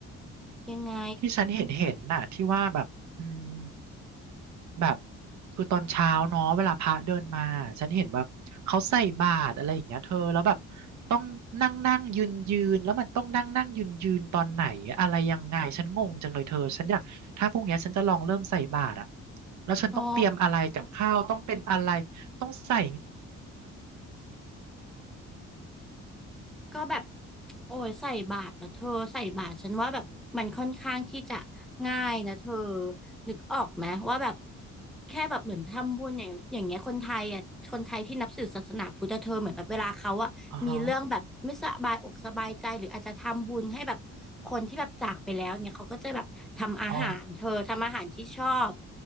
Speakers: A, in the centre; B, on the right (about 70°).
A: ยังไง
B: ที่ฉันเห็นเห็นน่ะที่ว่าแบบอืมแบบคือตอนเช้าเนาะเวลาพระเดินมาฉันเห็นแบบเขาใส่บาตรอะไรอย่างเงี้ยเธอแล้วแบบต้องนั่งนั่งยืนยืนแล้วมันต้องนั่งนั่งยืนยืนตอนไหนอะไรยังไงฉันงงจังเลยเธอฉันอยากถ้าพรุ่งเนี้ยฉันจะลองเริ่มใส่บาตรอะแล้วฉันต้องเตรียมอะไรกับข้าวต้องเป็นอะไร
A: อ๋อ
B: ต้องใส่
A: ก็แบบโอ้ยใส่บาตรแล้วเธอใส่บาตรฉันว่าแบบมันค่อนข้างที่จะง่ายนะเธอนึกออกไหมว่าแบบแค่แบบเหมือนทำบุญอย่างอย่างเงี้ยคนไทยอ่ะคนไทยที่นับถือศาสนาพุทธเธอเหมือนแบบเวลาเขาอ่ะมีเรื่องแบบไม่สบายอกสบายใจหรืออาจจะทำบุญให้แบบคนที่แบบจากไปแล้วเนี่ยเขาก็จะแบบทำอาหารเธอทำอาหารที่ชอบ
B: อ่ออ อ๋อ